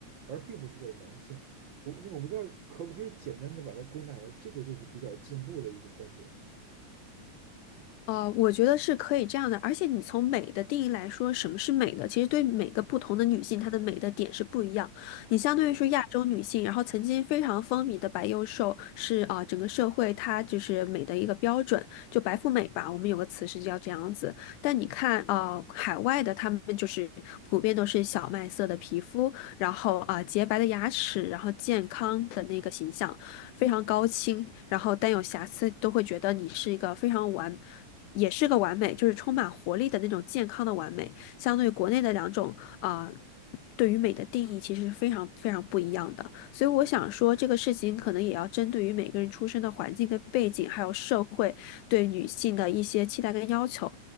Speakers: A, on the right (about 75°); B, on the left (about 85°).
A: 而并不是为了男性。我那我不知道可不可以简单的把它归纳为这个就是比较进步的一个观点，
B: 呃，我觉得是可以这样的，而且你从美的定义来说，什么是美的？其实对每个不同的女性，她的美的点是不一样。你相对于说亚洲女性，然后曾经非常风靡的白幼瘦是啊、呃整个社会它就是美的一个标准，就白富美吧，我们有个词是叫这样子。但你看啊、呃海外的她们就是普遍都是小麦色的皮肤，然后啊、呃洁白的牙齿，然后健康的那个形象，非常高清，然后但有瑕疵都会觉得你是一个非常完。也是个完美，就是充满活力的那种健康的完美，相对于国内的两种啊、对于美的定义其实是非常非常不一样的。所以我想说，这个事情可能也要针对于每个人出生的环境跟背景，还有社会对女性的一些期待跟要求。